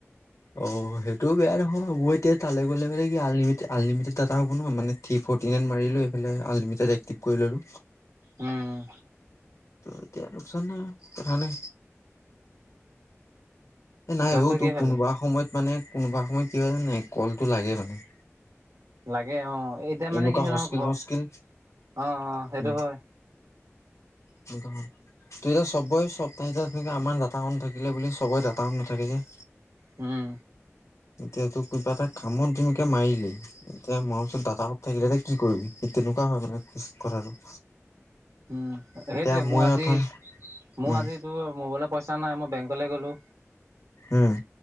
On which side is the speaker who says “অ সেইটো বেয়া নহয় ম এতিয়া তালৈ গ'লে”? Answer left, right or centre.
Left